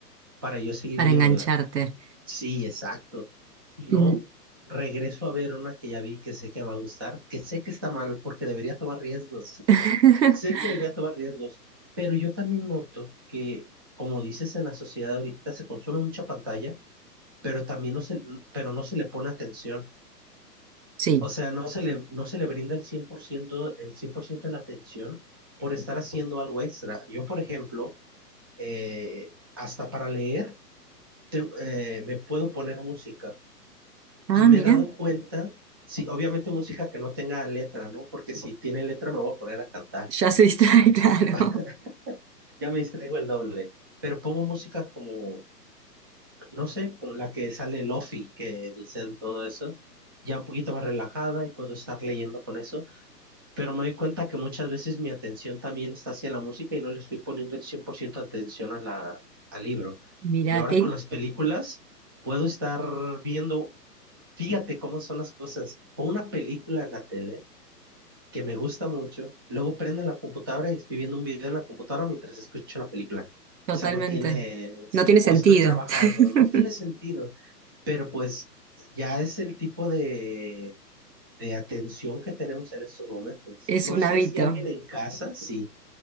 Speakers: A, on the right; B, on the right.
A: para yo seguir
B: para
A: viéndola.
B: engancharte.
A: Sí, exacto. Si no,
B: Mm,
A: regreso a ver una que ya vi que sé que me va a gustar, que sé que está mal porque debería tomar riesgos.
B: <laughs>
A: <laughs> Sé que debería tomar riesgos, pero yo también noto que, como dices, en la sociedad ahorita se consume mucha pantalla, pero también no se, pero no se le pone atención.
B: Sí.
A: O sea, no se le, no se le brinda el cien por ciento el cien por ciento de la atención por estar haciendo algo extra. Yo, por ejemplo, eh, hasta para leer, te- eh, me puedo poner música
B: Ah,
A: y me
B: mira,
A: he dado cuenta, sí, obviamente música que no tenga letra, ¿no? Porque si tiene letra me voy a poner a cantar.
B: ya se distrae,
A: Ya, po-
B: <laughs> claro.
A: <laughs> ya me distraigo el doble. Pero pongo música como, no sé, como la que sale Lofi, que dicen todo eso, ya un poquito más relajada y puedo estar leyendo con eso. pero me doy cuenta que muchas veces mi atención también está hacia la música y no le estoy poniendo el 100% atención a la, al libro.
B: Mira,
A: Y ahora
B: qué,
A: con las películas puedo estar viendo, fíjate cómo son las cosas, pongo una película en la tele que me gusta mucho, luego prendo la computadora y estoy viendo un video en la computadora mientras escucho la película.
B: Totalmente.
A: O sea, no tiene,
B: No tiene sentido.
A: o estoy trabajando,
B: <laughs>
A: no tiene sentido, pero pues ya es el tipo de de atención que tenemos en estos momentos.
B: Es
A: No
B: un
A: sé
B: hábito,
A: si alguien en casa, sí,